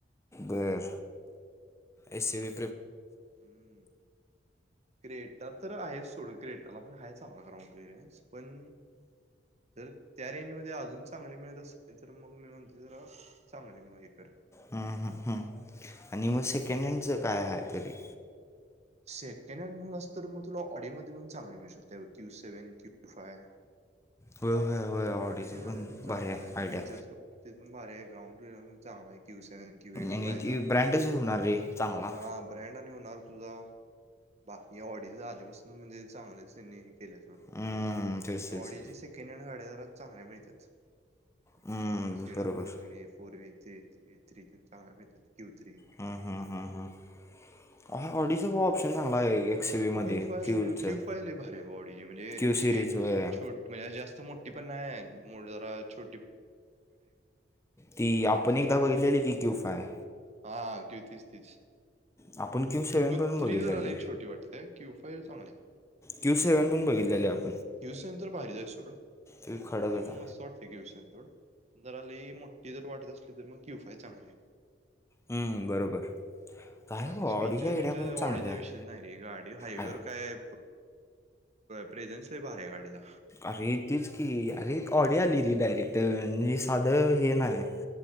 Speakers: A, on the left (about 15°); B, on the right (about 40°).
A: बर एसयुव्ही
B: हम् क्रेटा तर आहेच थोडं क्रेटला पण हाय चांगला ग्राउंड क्लिअरन्स पण... जर त्या रेंजमध्ये अजून चांगली मिळत असली तर मग मी म्हणतोय जरा चांगली हे कर.
A: हम् ह हम् आणि मग सेकंड हँडच काय आहे तरी
B: सेकंड हँड म्हण तर मग तुला ऑडिओमध्ये पण चांगली मिळू शकते क्यू सेव्हन क्यू फाय
A: होय होय होय ऑडीचं
B: ऑडी कडाय
A: पण
B: चांगल्या
A: भारी आहे आयडिया
B: फीचर्स बाबतीत भार ग्राउंड क्य सवन क्यू
A: आणि
B: फायदा
A: ती ब्रँडच होणार रे चांगला
B: हा ब्रँड हो तुझा बाकी ऑडी आधीपासून म्हणजे चांगलेच केल्या सोड
A: हम्म, तेच तेच
B: ऑडी सेकंड गाड्या जरा चांगल्या मिळत्यात
A: हम्म,
B: असे म्हणजे सेडनमध्ये
A: बरोबर
B: ए फोर ए थ्री ए थ्रीून चांगला मिळतात क्यू थ्री
A: हंम हंम ऑडीचा पण ऑप्शन चांगला आहे. एक्स व्हीमध्ये
B: क्यूफाय
A: क्यूचं
B: मध्ये क्यूफाय लयभारी आहे बॉडी म्हणजे
A: क्यू
B: अशी
A: सिरीज होय
B: छोटी ट म्हणजे जास्त मोठी पण नाही म जरा छो
A: ती आपण एकदा बघितलेली की क्यूफाय
B: हा तीच तीच
A: आपण क्यू सेव्हन पण
B: ती
A: बघितलेली
B: जरा लय छोटी वाटतेय की क्यूफाय चांगली आहे
A: क्यू सेव्हनण बघितलेल्याले आपण
B: क्युसेन तर भारीच आहे सोड ती
A: ते खडक होता
B: पण मस्त वाटते क्युसेन सोड पणजराली मोठी जर वाटत असली तर मग क्यू फाय चांगले आहे.
A: हम्म बरोबर काय
B: आणि
A: गो ऑडी
B: स्पीचर
A: आयडिया
B: बिचर
A: पण चांगल्या
B: ऑडीचा
A: आहे
B: विषयच नाही रे गाडी हायवेवर
A: अरे
B: काय प्रेझेन्स लई भारी आहे गाडीचा.
A: अरे तीच की. अरे! ऑडी आली रे डायरेक्ट. साधं हे नाही.